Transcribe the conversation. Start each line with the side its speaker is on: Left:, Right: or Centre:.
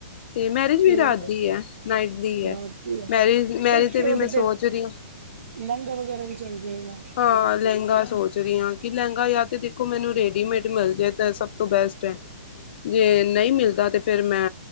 Left: ਤੇ ਮੈਰਿਜ ਵੀ
Right: ਤੇ
Left: ਰਾਤ ਦੀ ਐ ਨਾਈਟ ਦੀ
Right: ਫਿਰ
Left: ਐ
Right: ਉਹੀ ਹੈ
Left: ਮੈਰਿਜ
Right: ਫਿਰ
Left: ਮੈਰਿਜ ਤੇ ਵੀ
Right: ਉਹਦੇ
Left: ਮੈਂ ਸੋਚ ਰਹੀ ਆ।
Right: ਲਹਿੰਗਾ ਵਗੈਰਾ ਵੀ ਚੱਲ ਜਾਏਗਾ
Left: ਹਾਂ ਲਹਿੰਗਾ ਸੋਚ, ਕਿ ਲਹਿੰਗਾ ਜਾ ਤੇ ਦੇਖੋ ਮੈਨੂੰ ਰੇਡੀਮੇਡ ਮਿਲ ਜਾਏ ਤਾਂ ਸਭ ਤੋਂ ਬੈਸਟ ਐ। ਜੇ ਨਹੀਂ ਮਿਲਦਾ ਤੇ ਫੇਰ ਮੈਂ